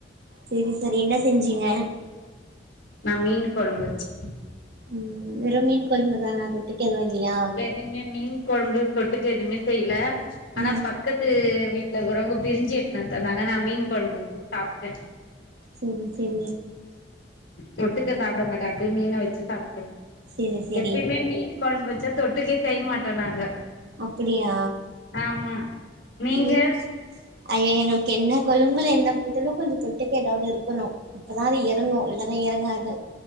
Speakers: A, on the right; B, on the left.
A: செரி செரி என்ன செஞ்சிங்க
B: நா மீன் கொழம்பு வச்சு
A: ம் வெறும் மீன் கொழம்புதானா தொட்டுக்க எதுவு வெக்லையா
B: எதுவுமே மீன் கொழம்பு தொட்டுக்க எதுமே செய்யல ஆனா
A: ம்
B: பக்கத் து வீட்லறருகரவங்க பிரிஞ்சு எட்த்துனு தந்தாங்க நா மீன் கொழம்பு ஊத்தி சாப்டே
A: செரி செரி
B: தொட்டுக்க சாப்புட மாட்டே அப்டியே மீன வச்சு சாப்ட்டே
A: செரி செரி
B: எப்பவுமே மீன் கொழம்பு வச்சா தொட்டுக்கையே செய்ய மாட்டோ நாங்க
A: அப்பிடியா
B: ஆமா நீங்க
A: ம் ஐய்யயே எங்களுக்கு என்ன கொழம்புல்ல என்ன போட்டாலு கொஞ்சோ தொட்டுக்க ஏதாவது இருக்கணு அப்பதா அது ஏர எறங்கு இல்லனா எறங்காது